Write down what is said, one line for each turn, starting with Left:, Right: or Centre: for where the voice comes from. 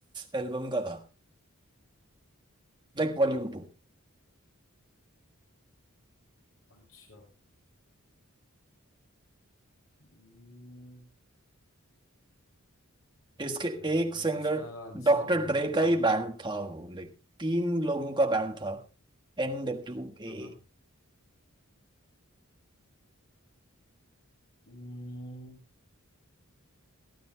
Right: album का था लाइक वॉल्यूम टू
Left: अच्छा हम्म,
Right: इसके
Left: नहीं
Right: एक
Left: मुझे
Right: सिंगर
Left: इसका आंसर
Right: डॉक्टर
Left: नहीं
Right: ड्रे
Left: पता
Right: का ही बैंड था वो लाइक तीन लोगों का बैंड था एन डब्ल्यू ए
Left: हाँ हाँ हम्म,